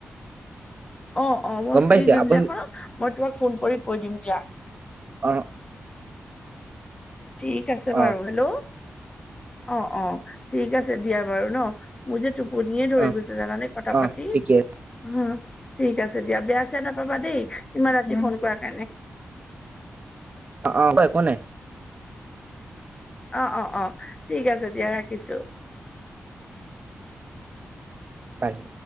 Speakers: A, on the left (about 25°); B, on the right (about 35°).
A: অ অ মই
B: গম
A: ফ্ৰী
B: পাইছে
A: যোনদিনাখন,
B: আপুনি
A: মই তোমাক ফোন কৰি কৈ দিম দিয়া।
B: অ।
A: ঠিক আছে বাৰু
B: অ
A: হেল্ল? অ অ ঠিক আছে দিয়া বাৰু ন। মোৰ যে টোপনিয়ে ধৰি
B: অ
A: গৈছে জানানে কথা
B: অ
A: পাতি?
B: ঠিকে আছে
A: উম, ঠিক আছে দিয়া বেয়া - চেয়া নাপাবা দেই, ইমান ৰাতি ফোন কৰাৰ কাৰণে।
B: অ অ <unintelligible>
A: অ অ অ, ঠিক আছে দিয়া ৰাখিছোঁ।
B: পাইছ